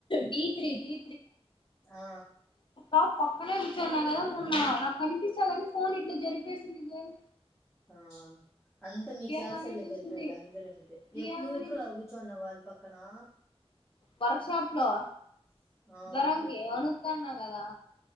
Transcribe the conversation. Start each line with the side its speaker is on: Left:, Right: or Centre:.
Left: డి త్రీ డి
Centre: ఆ ఆ
Left: ాప్ పక్కనే కూర్చున్నా కదా మొన్న నాకు కనిపిస్తందిని ఫోన్ ఇట్లా జరిపేసింది గదు
Centre: ఆ అంతా మీ క్లాస్
Left: గాని
Centre: వెళ్ళగలగాల
Left: చూసింది
Centre: అందరంటే
Left: ప్రియా
Centre: ఎప్పుడు నువ
Left: గాని
Centre: ఎప్పుడు ఆగుచున్నావు వాళ్ళు పక్క క్కనా
Left: వర్క్షాప్ లో
Centre: ఆ
Left: జ్వరంక
Centre: ఓకే ఓకే
Left: వణకుతాన్నా కదా